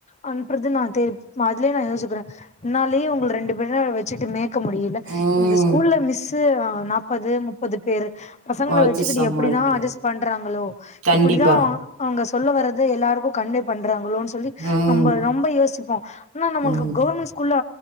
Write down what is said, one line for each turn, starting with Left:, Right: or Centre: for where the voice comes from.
Left: அனுப்புறது நா தெ அதுலயே நா யோசிச்சுக்ற என்னாலயே உங்கள ரெண்டு பேருனா வெச்சுட்டு மேக் க முடியல
Right: ம்
Left: இந்த ஸ்கூல்ல மிஸ்சு ஆ நாப்பது முப்பது பேரு பசங்கள
Right: வச்சு
Left: வச்சுகிட்டு
Right: சமாளிக்கிறது
Left: எப்பிடிதா அட்ஜஸ்ட் பண்றாங்களோ
Right: கண்டிப்பா
Left: எப்பிடிதா அவுங் அவுங்க ஸ் சொல்ல வரது எல்லாருக்கு கன்வே பண்றாங்க அவ்ளோன் சொல்லி
Right: ம்
Left: நம்ப ரொம்ப யோசிப்போ ஆனா நம்மள்கு
Right: ம்
Left: கவர்மெண்ட் ஸ்கூல்ல